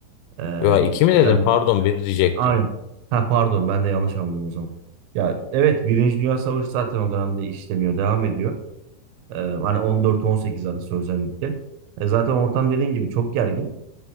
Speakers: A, on the right; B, on the left.
A: Ee,
B: ya iki mi dedim
A: yani-
B: pardon bir diyecektim.
A: aynen. Ha pardon ben de yanlış anladım o zaman. Ya evet Birinci Dünya Savaşı zaten o dönemde işlemiyor, devam ediyor. Ee, hani 14-18 arası özellikle. E, zaten ortam dediğin gibi çok gergin.